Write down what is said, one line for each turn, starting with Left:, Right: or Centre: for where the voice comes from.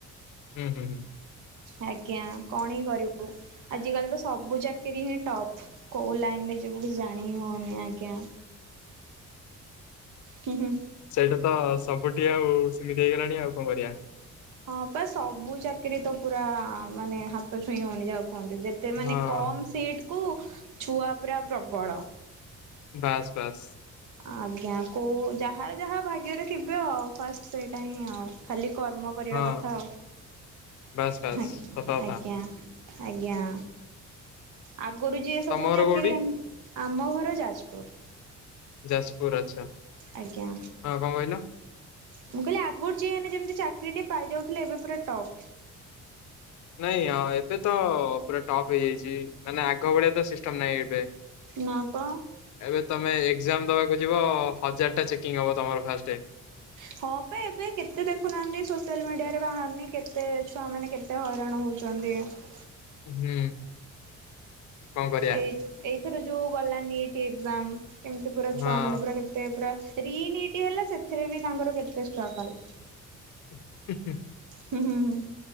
Left: ହୁଁ ହୁଁ ହୁଁ।
Right: ଆଜ୍ଞା, କଣ ହିଁ କରିବୁ, ଆଜିକାଲି ତ ସବୁ ଚାକିରିୀ ହିଁ ଟପ୍, କୋଉ ଲାଇ ନିଜକୁ କିଛି ଜାଣି ହଉନି, ଆଜ୍ଞା। ହୁଁ ହୁଁ।
Left: ସେଇଟା ତ ସପୋଟ। ମିନତି ଆଉ ସେମିତି ହେଇଗଲାଣି ଆଉ କଣ କରିବା
Right: ହଁ ପା, ସବୁ ଚାକିରି ତ ପୁରା ମାନେ ହାତ ଛୁଇଁ ହଉନି, ଯାହୁ କୁହନ୍ତୁ? ଯେତେ ମାନେ
Left: ହଁ
Right: କମ ସିଟକୁ ଛୁଆ ପୁରା ପ୍ରବଳ।
Left: ବାସ୍ ବାସ୍।
Right: ଆଜ୍ଞା, କୋଉ ଯାହାର ଯାହା ଭାଗ୍ୟରେ ଥିବ, ଆଉ ଫାଷ୍ଟ ସେଇଟା ହିଁ ଆଉ ଖାଲି କର୍ମ କରିବା
Left: ହଁ
Right: କଥା,
Left: ବାସ୍ ବାସ୍
Right: ହଁ ଆଜ୍ଞା।
Left: ସତ କଥା।
Right: ଆଜ୍ଞା। ଆଗରୁ ଯିଏ ସବୁ
Left: ତମ ଘର
Right: ଚାକିରି,
Left: କୋଉଠି?
Right: ଆମ ଘର ଯାଜପୁର।
Left: ଯାଜପୁର ଆଛା,
Right: ଆଜ୍ଞା
Left: ହଁ କଣ କହିଲ?
Right: ମୁଁ କହିଲି ଆଗରୁ ଯିଏ ହେଲେ ଯେମିତି ଚାକିରିଟି ପାଇଯାଉଥିଲେ, ଏବେ ପୁରା ଟପ୍
Left: ନାଇଁ, ହଁ, ଏବେ ତ ପୁରା ଟପ୍ ହେଇଯାଇଛି ମାନେ ଆଗ ଭଳିଆ ତ ସିଷ୍ଟମ ନାହିଁ ଏବେ
Right: ନା ପା
Left: ଏବେ ତମେ ଏକଜାମ ଦବାକୁ ଯିବ, ହଜାରଟା ଚେକିଂ ହବ ତମର ଫାଷ୍ଟ
Right: ହଁ ପା, ଏବେ କେତେ ଦେଖୁନାହାନ୍ତି ସୋସିଆଲ ମିଡିଆରେ ତେ ବାହାରୁନି, କେତେ ଛୁଆ ମାନେ କେତେ ହଇରାଣ ହଉଛନ୍ତି, ଆ
Left: ହୁଁ। କଣ କରିବା
Right: ଏଇ, ଏଇଥର ଯୋଉ ଗଲା ନିଟ ଏକ୍ଜାମ କେମିତି ପୁରା
Left: ହଁ
Right: ଛୁଆ ମାନେ ପୁରା, କେତେ ପୁରା ରିନିଟ ହେଲା ସେ ଏଥିରେ ବି ତାଙ୍କର କେତେ ଷ୍ଟଗଲ।
Left: ଉଁ ଉଁ।
Right: ହୁଁ ହୁଁ ହୁଁ